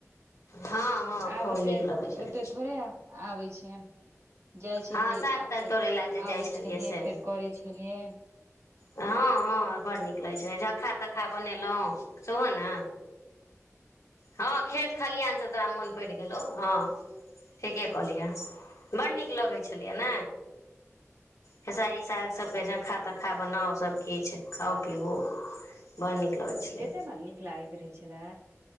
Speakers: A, on the left; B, on the right.
A: हँ हँ
B: आब
A: खूब
B: ओते
A: नीक लगै छलै।
B: ओते थोड़े आबै छै। जाइ छलियै
A: हँ साग
B: आबै
A: ताग तोड़य लए जे
B: आबै
A: जाइ
B: छलियै
A: से
B: फेर करै छलियै।
A: हँ हँ बड़ नीक लगै छल झक्खा तक्खा बनेलहुँ सेहो ने। हँ खेत खालीनस तोरा मन। बढ गैलों हं ठीके कहलिय है बड नीक लागै छलियय न खेसारी सांग सब खाके। खा बनाउ सभ। किछु खाउ पीबू। बड नीक। लगै छलै
B: कतेक मन नीक लागैत रहै छलै।